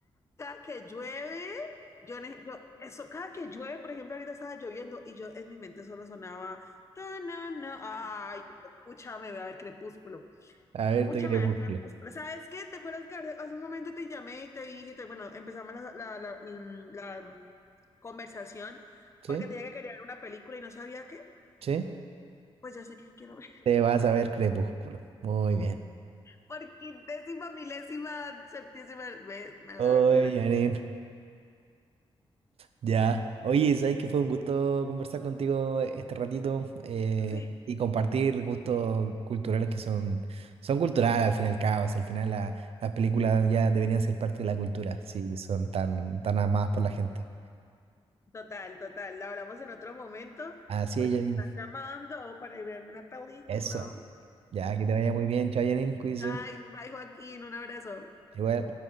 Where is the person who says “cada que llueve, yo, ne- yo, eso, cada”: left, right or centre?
Left